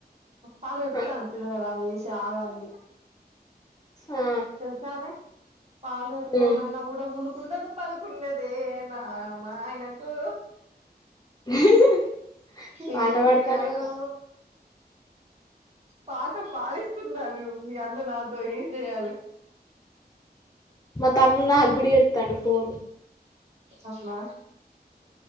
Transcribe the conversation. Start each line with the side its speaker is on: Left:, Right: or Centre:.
Right: పాలు కక్కుతండు
Left: ఆ
Right: పిల్లగడమె ఏషే ఆగానికి
Left: ఆ
Right: తెల్సానే పాలు కాక్తండు
Left: ఉమ్
Right: అన్న గూడా ఉలుక్ ఉండదు పలుకుండదే నా మా ఆయనకు
Left: <inaudible> పాట
Right: ఎంజేయలేనో
Left: పాడతానవుగా
Right: పాట పాడిస్తున్నాడు. మీ అన్న నాతో ఏం జేయాలే?
Left: మా తమ్ముడు నా గూడ ఎత్తండు ఫోన్
Right: అవునా